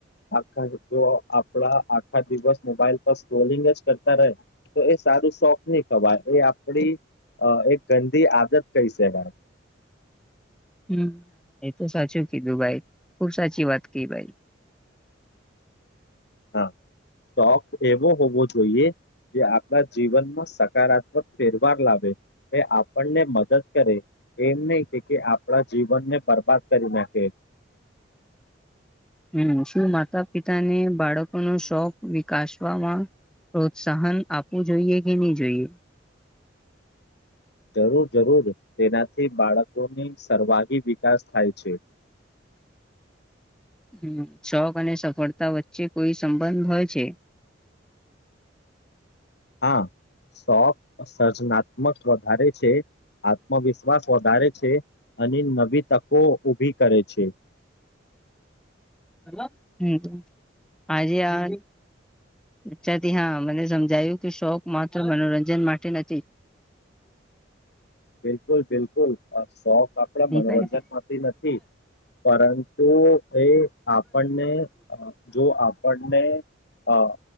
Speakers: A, on the left; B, in the centre.
A: આખ જો આપડા આખા દિવસ મોબાઈલ પર સ્રોલિંગ જ કરતા રહે તો એ સારું શોખ નહી ખવાય એ આપડી અ એક ગંદી આદત કઈ શકાય. <inaudible>
B: હમ એ તો સાચું કીધું ભાઈ ખુબ સાચી વાત કી ભાઈ.
A: હા શોખ એવો હોવો જોઈએ. જે આપડા જીવનમાં સકારાત્મક ફેરવાર લાવે એ આપણને મદદ કરે. એમ નહી કે કે આપડા જીવનને બરબાદ કરી નાખે
B: હમ શું માતા પિતાને બાળકોનો શોખ વિકાસવામાં પ્રોત્સાહન આપવું જોઈએ કે ની જોઈએ.
A: જરૂર જરૂર તેનાથી બાળકોની સર્વાગી વિકાસ થાય છે. <inaudible>
B: હમ શોખ અને સફળતા વચ્ચે કોઈ સંબંધ હોય છે.
A: હા. શોખ સર્જનાત્મક વધારે છે આત્મવિશ્વાસ વધારે છે અને નવી તકો ઉભી કરે છે. <inaudible>
B: હમ. આર્યન અચ્છા થી હા મને સમજાયું કે શોખ માત્ર મનોરંજન માટે નથી
A: બિલકુલ બિલકુલ આ સોફ આપડા વંજન
B: હા
A: માંથી નથી. પરંતુ એ આપણને જો આપણને હા.